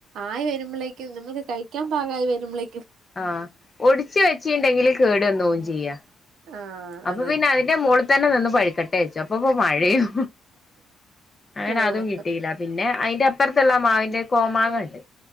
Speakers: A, on the right; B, on the left.
A: ആയി വെരുമ്പളേക്കും നമ്മക്ക് കഴിക്ക്യാൻ പാകായി വെരുമ്പളേ
B: ആഹ് ഒടിച്ച് വെച്ചിണ്ടെങ്കില് കേട് വന്നോവും ചെയ്യ
A: ആ
B: അപ്പൊ
A: അതെ
B: പിന്നെ അതിന്റെ മോള്തന്നെ നിന്ന് പഴ്‌ക്കട്ടെ വെച്ചു അപ്പൊ ഇപ്പൊ മഴയും അങ്ങനെ
A: ആഹ്
B: അതും കിട്ടിയില്ല പിന്നെ അയിന്റെ അപ്പർത്ത്ള്ള മാവിന്റെ കോമാങ്ങണ്ട്